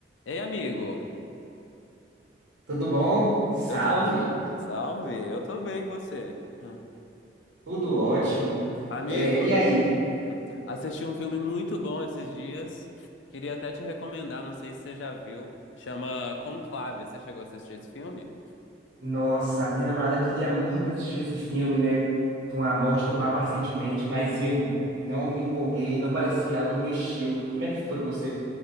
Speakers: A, on the left; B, on the right.
A: Ei, amigo,
B: Tudo bom? Salve!
A: eu tô bem. Salve, eu tô bem, e você? Hum.
B: Tudo ótimo.
A: Amigo,
B: É, e aí?
A: assisti um filme muito bom esses dias. Queria até te recomendar, não sei se você já viu. Chama Conclave. Você chegou a assistir esse filme?
B: Nossa, minha namorada queria muito assistir esse filme, né? Com a morte do Papa recentemente, mas eu não me empolguei, não parecia algo do meu estilo. Como é que foi pra você?